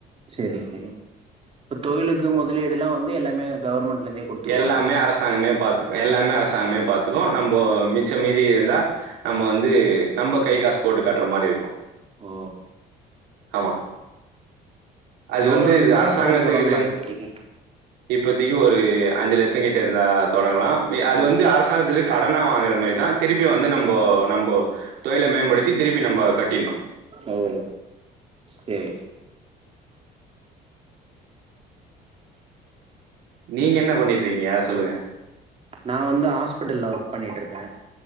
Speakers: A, on the right (about 35°); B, on the right (about 85°).
A: செரி செரி இப்ப தொழிலுக்கு முதலீடுல்லா வந்து எல்லாமே கவர்மெண்ட்ல இருந்தே குடுத்துருவாங்க
B: எல்லாமே அரசாங்கமே பாத்துக்கோ எல்லாமே அரசாங்கமே பாத்துக்கோ நம்ப மிச்ச மீதி இருந்தா நம்ம வந்து நம்ப கை காசு போட்டு கட்ற மாரி இருக்கோ
A: ஓ
B: ஆமா அது
A: எவ்ளோ
B: வந்து
A: இருந்தா
B: இது அரசாங்கத்துகிட்டே
A: தொழில் தொடங்கலா
B: இருந்து
A: இப்பதைக்கு
B: இப்பத்தைக்கு ஒரு அஞ்சு லட்சம் கிட்ட இருந்தா தொடங்கலா அது
A: ம்
B: வந்து அரசாங்கத்துக்கிட்ட இருந்து கடனா வாங்கற மேரிதா திருப்பி வந்து நம்போ நம்போ தொழில மேம்படுத்தி திருப்பி நம்ம கட்டிட்ணோ
A: ம் செரி
B: நீங்க என்ன பண்ணிட்டு இருக்கீங்க அத சொல்லுங்க
A: நா வந்து ஹாஸ்பிட்டல்ல ஒர்க் பண்ணிட்டு இருக்கே